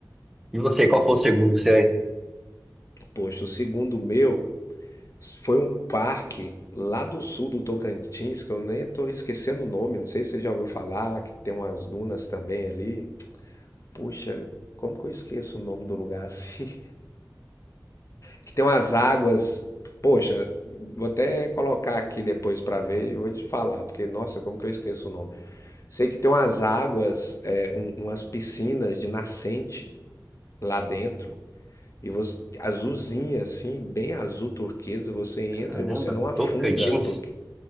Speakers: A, in the centre; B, on the left.
A: E você, qual foi o segundo seu, hein?
B: Poxa, o segundo meu foi um parque lá do sul do Tocantins, que eu nem tô esquecendo o nome, não sei se você já ouviu falar, que tem umas dunas também ali. Puxa, como que eu esqueço o nome do lugar assim? <laughs> Que tem umas águas. Poxa, vou até colocar aqui depois pra ver e vou te falar, porque nossa, como que eu esqueço o nome? Sei que tem umas águas, é, um- umas piscinas de nascente. lá dentro e você azulzinha assim, bem azul turquesa, você entra
A: Caramba,
B: e você não afunda,
A: Tocantins?
B: porque